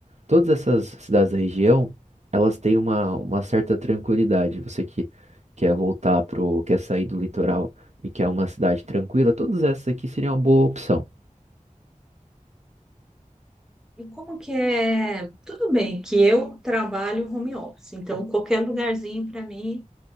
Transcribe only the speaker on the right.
todas essas cidades da região, elas têm uma, uma certa tranquilidade. Você que quer voltar pro, quer sair do litoral e quer uma cidade tranquila, todas essas aqui seriam uma boa opção.